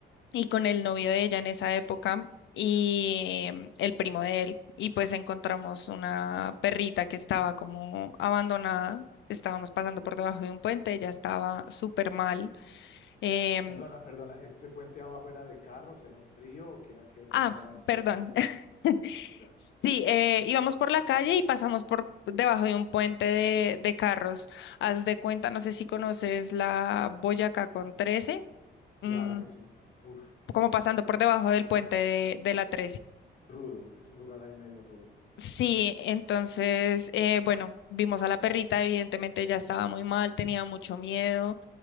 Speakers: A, on the left; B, on the left.
A: y con el novio de ella en esa época y em, el primo de él. Y pues encontramos una perrita que estaba como abandonada. Estábamos pasando por debajo de un puente, ella estaba súper mal. em,
B: Perdona, perdona, ¿ese puente abajo era de carros, era un río o qué, qué-
A: Ah,
B: cómo era ese,
A: perdón.
B: ese, ambiente,
A: <laughs>
B: ese lugar?
A: Sí, eh, íbamos por la calle y pasamos por debajo de un puente de, de carros. Haz de cuenta, no sé si conoces la Boyacá con trece,
B: Claro
A: mm,
B: que sí. Uf,
A: como pasando por debajo del puente de, de la 13.
B: rudo, es un lugar ahí medio rudo.
A: Sí, entonces, eh, bueno, vimos a la perrita, evidentemente ya estaba muy mal, tenía mucho miedo.